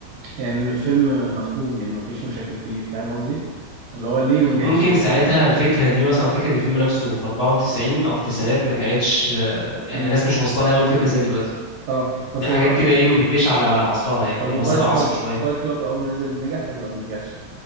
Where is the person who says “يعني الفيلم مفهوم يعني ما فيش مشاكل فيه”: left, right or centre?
Right